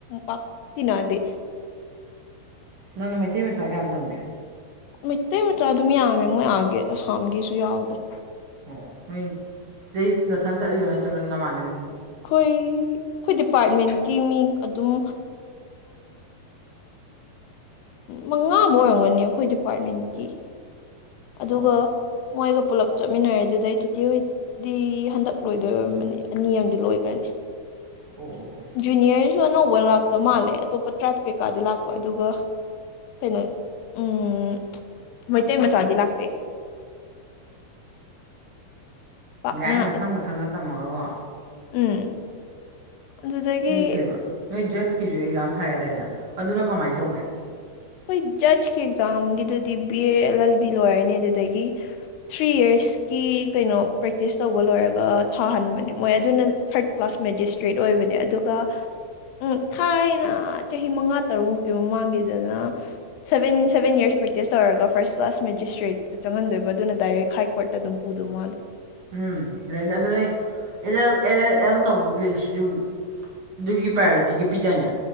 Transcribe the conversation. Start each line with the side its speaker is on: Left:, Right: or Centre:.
Left: ꯄꯥꯛꯇꯤꯟꯅꯗꯦ
Right: ꯅꯪꯅ ꯃꯩꯇꯩ ꯃꯆꯥ ꯀꯌꯥꯝ ꯇꯝꯒꯦ
Left: ꯃꯩꯇꯩ ꯃꯆꯥ ꯑꯗꯨꯝ ꯌꯥꯝꯃꯦ ꯃꯣꯏ ꯑꯥꯒꯤ ꯑꯁꯥꯝꯒꯤꯁꯨ ꯌꯥꯎꯒꯅꯤ
Right: ꯑꯣ ꯅꯣꯏ ꯁꯤꯗꯩ ꯅꯊꯟ ꯆꯠꯂꯤꯔꯣ ꯅꯠꯇ꯭ꯔꯒꯅ ꯅꯃꯥꯟꯅꯕꯤꯕꯨ
Left: ꯑꯩꯈꯣꯏ ꯑꯩꯈꯣꯏ ꯗꯤꯄꯥꯔꯠꯃꯦꯟꯀꯤ ꯃꯤ ꯑꯗꯨꯝ ꯃꯉꯥ ꯑꯃ ꯑꯣꯏꯔꯝꯒꯅꯤ ꯑꯩꯈꯣꯏ ꯗꯤꯄꯥꯔꯠꯃꯦꯟꯀꯤ ꯑꯗꯨꯒ
Right: ꯑꯣ ꯑꯣ
Left: ꯃꯣꯏꯒ ꯄꯨꯂꯞ ꯆꯠꯃꯤꯟꯅꯔꯦ ꯑꯗꯨꯗꯩ ꯇꯇꯤ ꯍ ꯗꯤ ꯍꯟꯗꯛ ꯂꯣꯏꯗꯣꯏꯔꯝꯕꯅꯤ ꯑꯅꯤ ꯑꯃꯗꯤ ꯂꯣꯏꯈ꯭ꯔꯅꯤ
Right: ꯑꯣ ꯑꯣ ꯑꯣ
Left: ꯖꯨꯅꯤꯌꯔꯁꯨ ꯑꯅꯧꯕ ꯂꯥꯛꯇ ꯃꯥꯜꯂꯦ ꯑꯇꯣꯞꯄ ꯇ꯭ꯔꯥꯏꯞ ꯀꯩꯀꯥꯗꯤ ꯂꯥꯛꯄ ꯑꯗꯨꯒ ꯀꯩꯅꯣ ꯎꯝ ꯃꯩꯇꯩ ꯃꯆꯥꯗꯤ ꯂꯥꯛꯇꯦ ꯄꯥꯛꯅ
Right: ꯌꯥꯏ ꯃꯊꯪ ꯃꯊꯪꯒ ꯇꯝꯃꯒꯀꯣ
Left: ꯎꯝ ꯑꯗꯨꯗꯒꯤ
Right: ꯅꯣꯏ ꯀꯩ ꯅꯣꯏ ꯖꯠꯁꯀꯤꯁꯨ ꯑꯦꯛꯖꯥꯝ ꯊꯥꯏꯦꯇꯥꯅꯦ ꯑꯗꯨꯅ ꯀꯃꯥꯏꯅ ꯇꯧꯒꯦ
Left: ꯍꯈꯣꯏ ꯖꯁꯀꯤ ꯑꯦꯛꯖꯥꯝꯒꯤꯗꯨꯗꯤ B A L L B ꯂꯣꯏꯔꯅꯤ ꯑꯗꯨꯗꯒꯤ ꯊ꯭ꯔꯤ ꯌꯔꯁꯀꯤ ꯀꯩꯅꯣ ꯄ꯭ꯔꯦꯛꯇꯤꯁ ꯇꯧꯕ ꯂꯣꯏꯔꯒ ꯊꯥꯍꯟꯕꯅꯦ ꯃꯣꯏ ꯑꯗꯨꯅ ꯊꯔꯠ ꯀ꯭ꯂꯥꯁ ꯃꯦꯖꯤꯁꯇ꯭ꯔꯦꯠ ꯑꯣꯏꯕꯅꯦ ꯑꯗꯨꯒ ꯎꯝ ꯊꯥꯏꯅ ꯆꯍꯤ ꯃꯉꯥ ꯇꯔꯨꯛꯃꯨꯛꯇꯤ ꯃꯃꯥꯡꯒꯤꯗꯅ ꯁꯕꯦꯟ ꯁꯕꯦꯟ ꯌꯔꯁ ꯄ꯭ꯔꯦꯛꯇꯤꯁ ꯇꯧꯔꯒ ꯐꯥꯔꯁ ꯀ꯭ꯂꯥꯁ ꯃꯦꯖꯤꯁꯇ꯭ꯔꯦꯠ ꯑꯗꯨ ꯆꯪꯍꯟꯗꯣꯏꯕ ꯑꯗꯨꯅ ꯗꯥꯏꯔꯦꯛ ꯍꯥꯏ ꯀꯣꯔꯠꯇ ꯑꯗꯨꯝ ꯄꯨꯗꯧ ꯃꯥꯜꯂꯦ
Right: ꯎꯝ ꯂꯩꯅ ꯑꯗꯨꯅ ꯑꯦꯂ ꯑꯦꯜ ꯑꯦꯝ ꯇꯧꯕꯒꯤꯁꯤꯁꯨ ꯑꯗꯨꯒꯤ ꯄ꯭ꯔꯥꯏꯌꯣꯔꯤꯇꯤꯒ ꯄꯤꯗꯥꯅꯦ